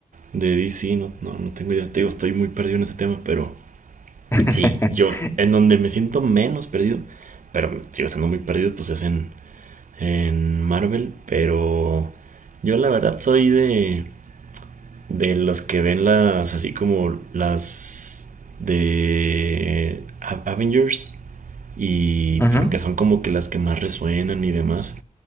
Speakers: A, on the right; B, on the left.
A: de DC, no, no, no tengo idea. Te digo, estoy muy perdido en ese tema, pero
B: <laughs>
A: sí, yo, en donde me siento menos perdido, pero sigo estando muy perdido, pues es en, en Marvel, pero yo la verdad soy de de los que ven las, así como las de Avengers y
B: ujú,
A: porque
B: ujú,
A: son como que las que más resuenan y demás.